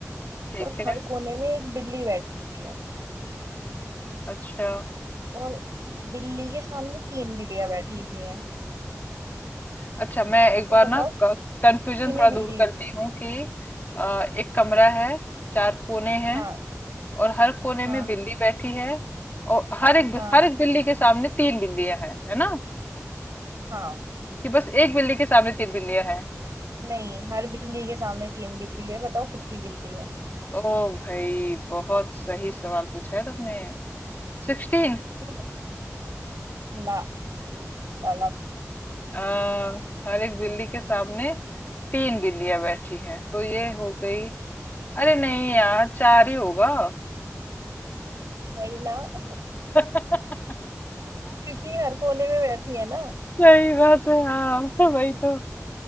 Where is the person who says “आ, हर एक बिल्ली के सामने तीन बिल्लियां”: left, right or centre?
Left